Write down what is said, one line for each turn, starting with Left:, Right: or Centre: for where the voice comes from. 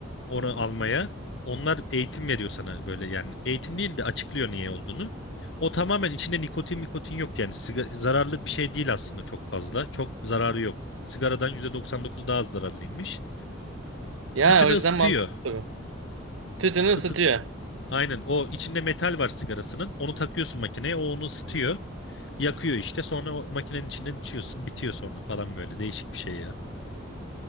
Left: onu almaya. Onlar eğitim veriyor sana böyle yani. Eğitim değil de açıklıyor niye olduğunu. O tamamen içinde nikotin mikotin yok yani. Siga- zararlı bir şey değil aslında çok fazla. Çok zararı yok. Sigaradan %99 daha az zararlıymış.
Right: Ya
Left: Tütünü
Right: o yüzden
Left: ısıtıyor.
Right: mantıklı. Tütünü ısıtıyor.
Left: Isıt. Aynen o içinde metal var sigarasının. Onu takıyorsun makineye o onu ısıtıyor. Yakıyor işte sonra o makinenin içinden içiyorsun bitiyor sonra falan böyle değişik bir şey ya.